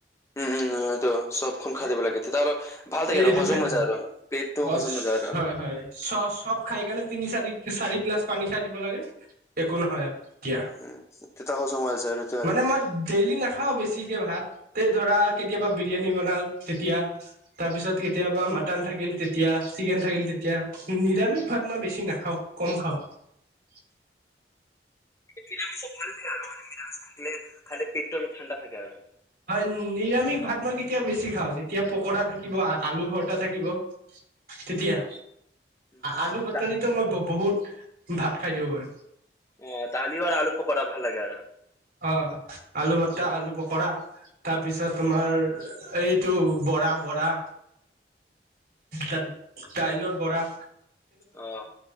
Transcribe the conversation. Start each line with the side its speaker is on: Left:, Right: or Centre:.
Left: উম, এইতো চপখন খাই
Right: এ
Left: দিব লাগে। তেতিয়া অলপ ভাল থাকে আৰু
Right: এইটো
Left: হজম
Right: খাই দিব
Left: হোজাই আৰু। পেত টো
Right: অ
Left: হজম মজা আৰু।
Right: হয় হয় চ চপ খাই কিনে তিনি চালি চাৰি গিলাচ পানী খাই দিব লাগে, একো নহয় আৰু। এতিয়া
Left: উম তেতিয়া সজম হৈ জাই আৰু, হেটোৱেও
Right: মানে
Left: আৰু।
Right: মই ডেইলি নাখাও বেছিকে ভাত তে ধৰা কেতিয়াবা বিৰিয়ানী বনাল তেতিয়া তাৰ পিছত কেতিয়াবা মাটন থাকিল তেতিয়া চিকেন থাকিল তেতিয়া নিৰামিষ ভাত মই বেছি নাখাও কম খাও। <inaudible>
Left: নিৰামিষ ভালে থাকে আৰু মানে নিৰামিষ থাকিলে পেটটো ঠাণ্ডা থাকে আৰু।
Right: হয় নিৰামিষ ভাত মই কেতিয়া বেছি খাওঁ যেতিয়া পকোৰা থাকিব আলু ভৰটা থাকিব। তেতিয়া
Left: উম,
Right: আলু পটা
Left: দা
Right: দিতো মই বহুত ভাত খাই দিব পাৰো।
Left: অ দালিও আৰু আলু পকৰা ভাল লাগে আৰ।
Right: অ আলু ভতা, আলু পকৰা। তাৰপিছত তোমাৰ এইটো বৰা বৰা তাত দাইলৰ পৰা
Left: অ